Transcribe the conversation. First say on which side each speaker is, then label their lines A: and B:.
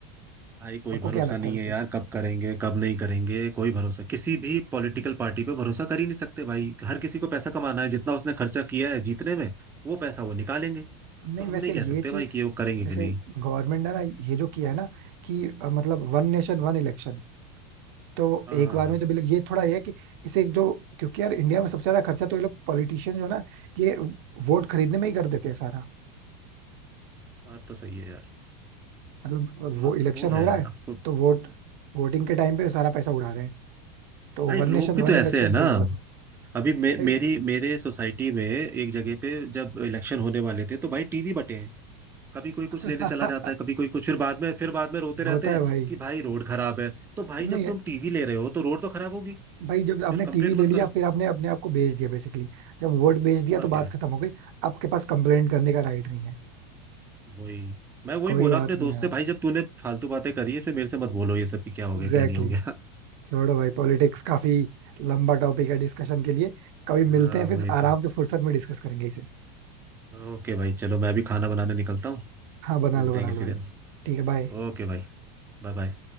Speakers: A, on the right; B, on the right.
A: भाई कोई
B: आपको
A: भरोसा
B: क्या लगता
A: नहीं
B: है वैसे
A: है यार कब करेंगे कब नहीं करेंगे कोई भरोसा किसी भी पॉलिटिकल पार्टी पे भरोसा कर ही नहीं सकते भाई हर किसी को पैसा कमाना है जितना उसने खर्चा किया है जीतने में वो पैसा वो निकालेंगे
B: नहीं
A: तो हम
B: वैसे
A: नहीं कह
B: ये
A: सकते
B: चीज
A: भाई कि वो करेंगे
B: जैसे
A: कि नहीं
B: गवर्नमेंट ने ना ये जो किया है ना कि अ, मतलब वन नेशन वन इलेक्शन तो
A: हाँ
B: एक
A: हाँ
B: बार
A: हाँ
B: में जब ये लोग- ये थोड़ा ये है कि इसे जो क्योंकि यार इंडिया में सबसे ज्यादा खर्चा तो ये लोग पॉलिटिशियन जो है ना ये वोट खरीदने में ही कर देते हैं सारा
A: बात तो सही है यार
B: मतलब
A: म,
B: वो इलेक्शन
A: वो
B: हो
A: है
B: रहा है
A: आपको
B: तो वोट वोटिंग के टाइम पे सारा पैसा उड़ा रहे हैं तो
A: भाई
B: वन
A: लोग
B: नेशन
A: भी
B: वन
A: तो ऐसे
B: इलेक्शन
A: है ना
B: सही होगा तो
A: अभी मे, मेरी
B: भाई
A: मेरे सोसाइटी में एक जगह पे जब इलेक्शन होने वाले थे तो भाई टीवी बटे कभी कोई
B: <laughs>
A: कुछ लेने चला जाता है कभी कोई कुछ फिर बाद में फिर बाद में रोते रहते
B: होता है
A: हैं
B: भाई
A: कि भाई रोड खराब है तो भाई
B: नहीं
A: जब तुम टीवी ले रहे हो तो रोड तो खराब होगी
B: भाई जब आपने
A: फिर कंप्लेंट
B: टीवी ले
A: मत
B: लिया
A: करो
B: फिर आपने अपने आप को बेच दिया बेसिकली जब वोट बेच दिया तो
A: और
B: बात
A: क्या
B: खत्म हो गई आपके पास कंप्लेंट करने का राइट नहीं है
A: वही मैं वही
B: कोई
A: बोला
B: बात
A: अपने
B: नहीं
A: दोस्त
B: यार
A: से भाई जब तूने फालतू बातें करी है फिर मेरे से मत बोलो ये सब कि क्या हो
B: Exactly
A: गया क्या नहीं हो
B: exactly.
A: गया
B: छोड़ो भाई पॉलिटिक्स काफी लंबा
A: <laughs>
B: टॉपिक है डिस्कशन के लिए कभी
A: हाँ
B: मिलते हैं फिर
A: वही
B: आराम
A: तो
B: से फुर्सत में डिस्कस करेंगे इसे
A: ओके भाई चलो मैं भी खाना बनाने निकलता हूँ
B: हाँ बना
A: मिलते
B: लो बना
A: हैं किसी
B: लो भाई
A: दिन
B: ठीक है बाय
A: ओके भाई बाय बाय